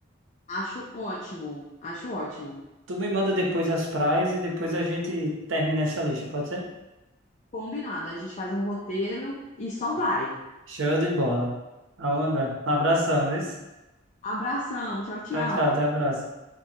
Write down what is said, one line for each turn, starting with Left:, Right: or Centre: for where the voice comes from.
Left: Acho ótimo, acho ótimo.
Right: Tu me manda depois as praias e depois a gente termina essa lista, pode ser?
Left: Combinado, a gente faz um roteiro e só vai.
Right: Show de bola. Amanda, um abração, isso?
Left: Abração, tchau, tchau.
Right: Tchau, tchau, até a próxima.